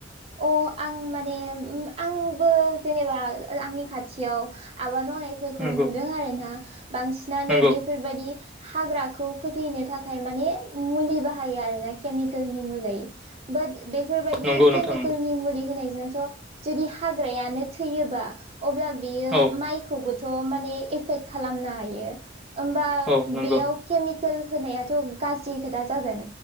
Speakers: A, on the right; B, in the centre.
A: अ आं माने आंबो जेनेबा आंनि खाथियाव आबाद मावनायफोरखौ
B: नंगौ
A: नुदों आरोना बांसिनानो
B: नंगौ
A: बेफोरबायदि हाग्राखौ फोथैनो थाखाय माने मुलि बाहायो आरो ना केमिकेलनि मुलै बाट बेफोरबायदि
B: नंगौ नोंथां
A: केमिकेलनि
B: नंगौ
A: मुलि होनायजोंथ जुदि हाग्रायानो थैयोबा अब्ला बियो
B: औ
A: माइ खौबोथ' माने एफेक्ट खालामनो हायो होमबा
B: औ नंगौ
A: बेयाव केमिकेल होनायाथ' गाज्रि खोथा जागोन